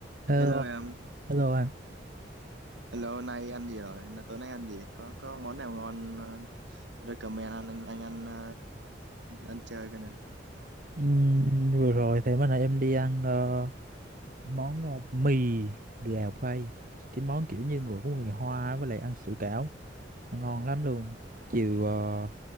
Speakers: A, on the right (about 50°); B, on the right (about 70°).
A: Hello,
B: Hello em,
A: hello anh.
B: hello nay ăn gì rồi? N- Tối nay ăn gì? Có có món nào ngon ờ, recommend anh anh anh ăn ờ, ăn chơi cái nè.
A: Ừm, vừa rồi thì bữa nay em đi ăn ờ, món ờ, mì gà quay. Cái món kiểu như người của người Hoa với lại ăn sủi cảo. Nó Ngon lắm luôn. Chiều ờ,